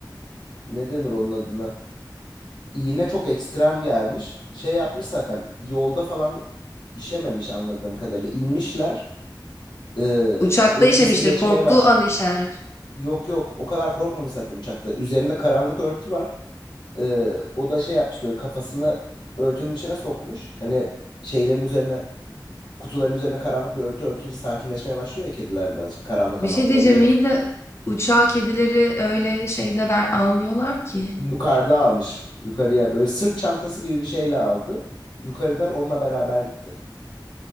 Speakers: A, on the left; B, on the left.
A: ne denir onun adına? İğne çok ekstrem gelmiş. Şey yapmış zaten. Yolda falan işememiş anladığım kadarıyla. İnmişler. Ee,
B: Uçakta
A: etkisi
B: işemiştir,
A: geçmeye
B: korktuğu
A: başladı.
B: an işer.
A: Yok yok. O kadar korkmamış zaten uçakta. Üzerinde karanlık örtü var. Ee, o da şey yapmış böyle kafasını örtünün içine sokmuş. Hani şeylerin üzerine kutuların üzerine karanlık bir örtü örtünce sakinleşmeye başlıyor ya kediler birazcık karanlık
B: Bir
A: alanda
B: şey diyeceğim
A: olunca.
B: iyi de uçağa kedileri öyle şeyde ver almıyorlar ki.
A: Yukarıda almış. Yukarıya böyle sırt çantası gibi bir şeyle aldı. Yukarıda onunla beraber gitti.